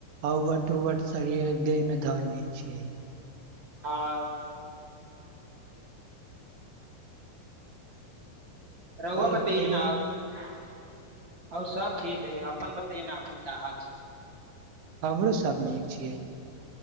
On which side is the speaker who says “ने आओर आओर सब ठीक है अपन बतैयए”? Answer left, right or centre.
Right